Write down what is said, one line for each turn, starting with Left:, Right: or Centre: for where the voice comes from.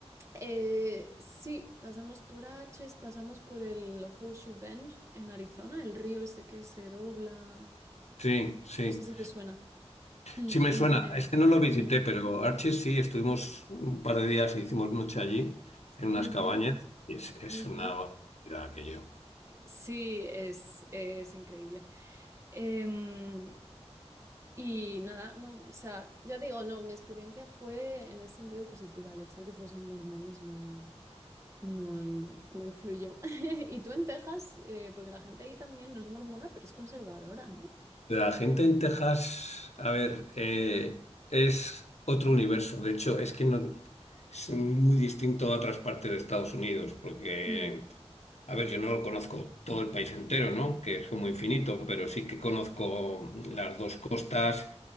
Right: eh, sí, pasamos por Arches, pasamos por el Horseshoe Bend en Arizona, el río ese que se dobla.
Left: Sí, sí.
Right: No sé si te suena. Mm,
Left: Sí me
Right: en
Left: suena,
Right: me-
Left: este no lo visité,
Right: mm,
Left: pero Archie sí, estuvimos un par de días y hicimos noche allí, en unas
Right: ujú,
Left: cabañas, y es, es
Right: ujú.
Left: una barbaridad aquello.
Right: Sí, es, es increíble. Em, y nada, no, o sea, ya te digo, no, mi experiencia fue en ese sentido positiva. El hecho de que fuesen mormones no, no, in- no influyó. <laughs> Y tú en Texas, eh, porque la gente ahí también no es mormona, pero es conservadora, ¿no?
Left: La gente en Texas, a ver, eh, es otro universo, de hecho, es que no, es muy distinto a otras partes de Estados Unidos, porque
Right: Mm,
Left: A ver, yo no conozco todo el país entero, ¿no? Que es como infinito, pero sí que conozco las dos costas.